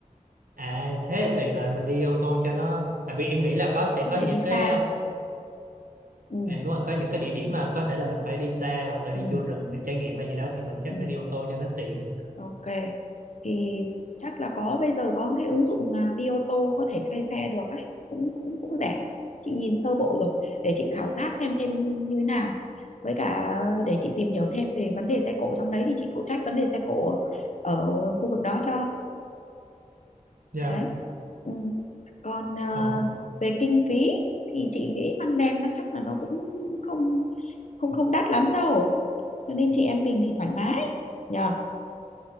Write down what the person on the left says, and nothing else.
Ừ,
có
thể
đi
xa ừ,
ừ,
ừ,
ok thì chắc là có bây giờ có cái ứng dụng mà Bioto có thể thuê xe được ấy cũng cũng cũng rẻ chị nhìn sơ bộ rồi để chị khảo sát xem thêm như, như thế nào với cả để chị tìm hiểu thêm về vấn đề xe cộ trong đấy thì chị phụ trách vấn đề xe cộ ở khu vực đó cho
đấy ừ. còn ờ,
về kinh phí thì chị nghĩ măng đen nó chắc là nó cũng không không không đắt lắm đâu cho nên chị em mình thì thoải mái nhờ